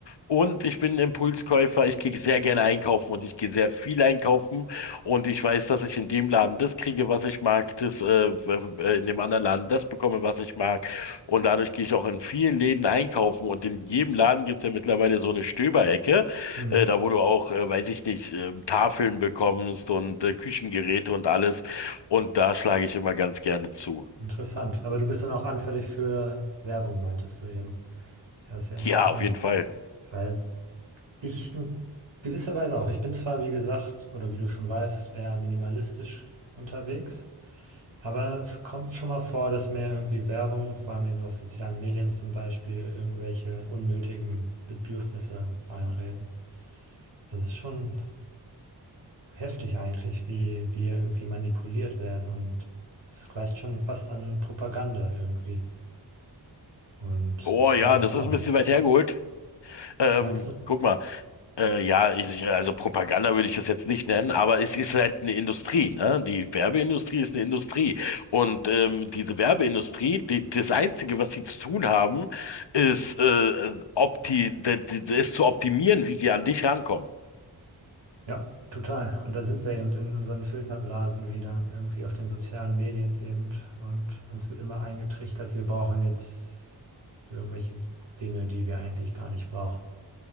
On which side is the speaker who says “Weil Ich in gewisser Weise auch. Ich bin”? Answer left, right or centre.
Right